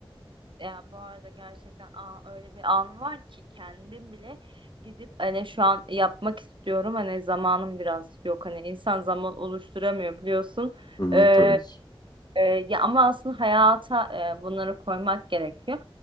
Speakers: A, on the right; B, on the left.
A: Ya bu arada gerçekten aa, öyle bir an var ki kendim bile gidip hani şu an yapmak istiyorum. Hani zamanım biraz yok. Hani insan zaman oluşturamıyor biliyorsun.
B: Hı hı,
A: Ee,
B: tabii ki.
A: E, ya ama aslında hayata e, bunları koymak gerekiyor.